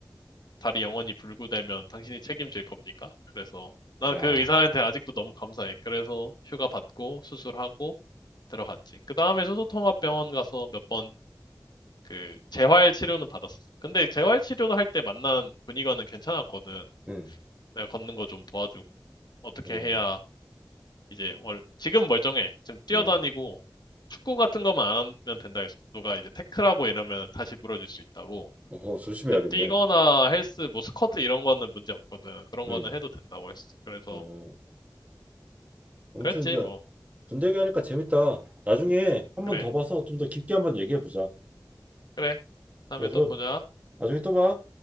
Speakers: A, on the left (about 70°); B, on the right (about 20°).
A: 다리 영원히 불구되면 당신이 책임질 겁니까? 그래서 난
B: 야,
A: 그 의사한테 아직도 너무 감사해. 그래서 휴가 받고 수술하고 들어갔지. 그 다음에 수소통합병원 가서 몇 번 그 재활 치료는 받았어. 근데 재활 치료도 할 때 만난 군의관은 괜찮았거든.
B: 응,
A: 내가 걷는 거 좀 도와주고 어떻게
B: 어.
A: 해야 이제 월 지금 멀쩡해. 지금 뛰어다니고
B: 어,
A: 축구 같은 것만 안 하면 된다 해서 누가 이제 태클하고 이러면 다시 부러질 수 있다고.
B: 어, 조심해야겠네.
A: 근데 뛰거나 헬스 뭐 스쿼트 이런 거는 문제 없거든. 그런
B: 응.
A: 거는 해도 된다고 했어. 그래서
B: 어, 아무튼
A: 그랬지
B: 야,
A: 뭐.
B: 군대 얘기하니까 재밌다. 나중에 한번
A: 그래.
B: 더 봐서 좀 더 깊게 한번 얘기해 보자.
A: 그래. 다음에
B: 그래, 그럼
A: 또 보자.
B: 나중에 또 봐.